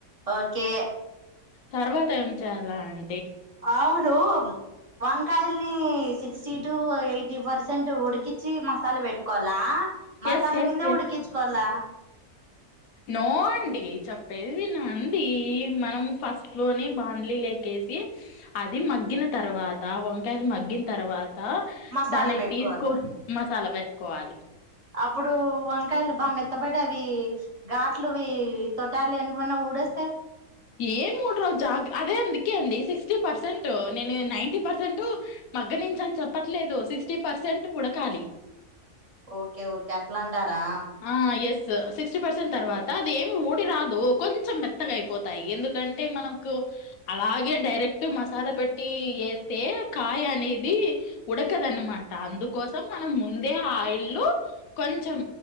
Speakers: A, on the right; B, on the left.
A: ఓకే
B: తర్వాత ఏం చేయాలా అం
A: అవును వంకాయల్ని సిక్స్టీ టు ఎయిటీ పర్సెంట్ ఉడికించి మసాలా పెట్టుకోవలా మసాలా
B: ఎస్ ఎస్
A: మీదనే
B: ఎస్
A: ఉడ్కించుకోల్లా
B: నో అండి చెప్పేదినండి, మనం ఫస్ట్ లోనే బాండ్లీ లేకే సి అది మగ్గిన తర్వాత వంకాయలు మగ్గిన తర్వాత
A: మసాలా
B: దాన్ని
A: పెట్టుకోవాలి
B: తీసుకోనీ మసాలా పెట్టుకోవాలి
A: అప్పుడు వంకాయలు బా మెత్తపడి అవి ఘాట్లువి తొటాలు ఎంటన్నా ఊడ వస్తే
B: ఏ ఉడ రోజు జా అదే అందుకే అండి సిక్స్టీ పర్సెంట్ నేను నైన్ంటి పర్సెంట్ మగ్గ నుంచి అని చెప్పట్లేదు సిక్స్టీ పర్సెంట్ ఉడకాలి
A: ఓకే ఓకే అట్లాంటారా
B: ఆ ఎస్ సిక్స్టీ పర్సెంట్ తర్వాత అది ఏమి ఊడి రాదు కొంచెం మెత్తగా అయిపోతాయి, ఎందుకంటే మనకు అలాగే డైరెక్ట్ మసాలా పెట్టి వేస్తే కాయ అనేది ఉడకదనమాట అందుకోసం మనం ముందే ఆయిల్ లో కు కొంచెం